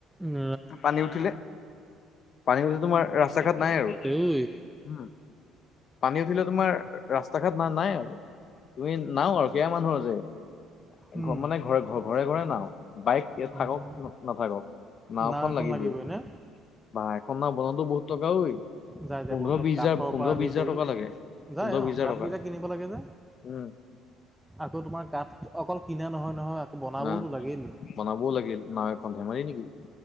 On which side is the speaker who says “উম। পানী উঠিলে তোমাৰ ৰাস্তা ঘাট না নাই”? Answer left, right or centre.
Left